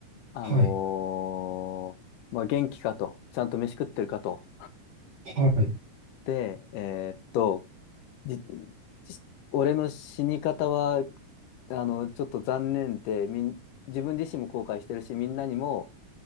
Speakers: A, on the left; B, on the right.
A: あのーまあ、
B: はい、
A: 元気かと、ちゃんと飯食ってるかと。
B: はい。
A: で、えーっと、じ、じ俺の死に方は、あの、ちょっと残念で、みん、自分自身も後悔してるし、みんなにも、